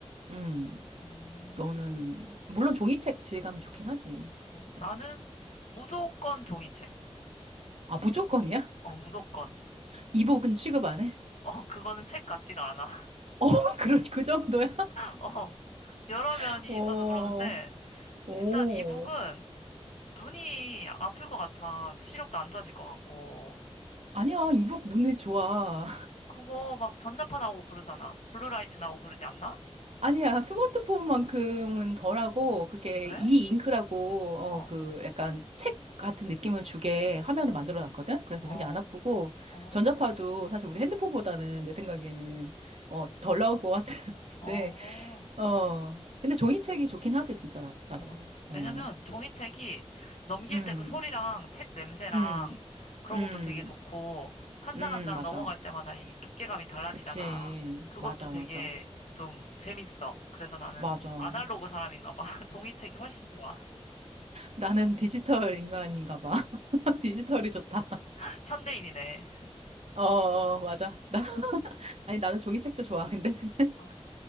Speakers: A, on the right; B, on the left.
A: 음,
B: 음.
A: 너는, 물론 종이책 질감이 좋긴 하지,
B: 어,
A: 진짜.
B: 나는 무조건 종이책.
A: 아, 무조건이야?
B: 어, 무조건.
A: 이북은 취급 안 해?
B: 어, 그거는 책 같지가 않아.
A: 어, <laughs> 그, 그 정도야?
B: <laughs> 어, 여러
A: <laughs>
B: 면이
A: 어,
B: 있어서 그러는데,
A: 오.
B: 일단 이북은 눈이 아플 것 같아. 시력도 안 좋아질 것 같고.
A: 아니야, 이북 눈에 좋아.
B: 그거 막 전자파 나오고 그러잖아. 블루라이트 나오고 그러지 않나?
A: 아니야, 스마트폰만큼은 덜하고, 그게
B: 어, 그래?
A: 이 잉크라고, 어,
B: 어,
A: 그, 약간 책 같은 느낌을 주게 화면을
B: 어,
A: 만들어 놨거든? 그래서
B: 어,
A: 눈이 안 아프고,
B: 어,
A: 전자파도 사실 우리 핸드폰보다는 내 생각에는, 어, 덜 나올 것 같은데,
B: 어.
A: <laughs> 어, 근데 종이책이 좋긴 하지, 진짜, 나,
B: 어,
A: 나도. 어,
B: 왜냐면 종이책이 넘길
A: 음,
B: 때 그 소리랑 책 냄새랑
A: 음,
B: 그런
A: 음,
B: 것도 되게 좋고, 한
A: 음,
B: 장 한 장
A: 맞아.
B: 넘어갈 때마다 이 두께감이 달라지잖아.
A: 그치.
B: 그것도
A: 맞아,
B: 되게
A: 맞아.
B: 좀 재밌어. 그래서 나는
A: 맞아.
B: 아날로그 사람인가 봐. <laughs> 종이책이 훨씬 좋아.
A: 나는 디지털 인간인가 봐. <laughs> 디지털이 좋다.
B: <laughs> 현대인이네.
A: 어, 어, 맞아. 나, <laughs> 아니, 나는 종이책도 좋아, 근데. <laughs>
B: 어,